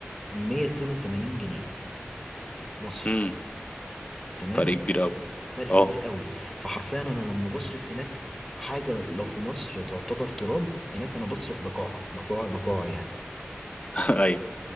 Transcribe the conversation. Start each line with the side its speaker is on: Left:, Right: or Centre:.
Centre: 182 جنيه مصري
Left: امم
Centre: تمام
Left: فرق كبير قوي
Centre: فرق
Left: اه
Centre: كبير قوي فحرفيا انا لما بصرف هناك حاجه لو في مصر تعتبر تراب هناك انا بصرف بقاعه بقاعه بقاعه يعني
Left: <laughs> أيوه.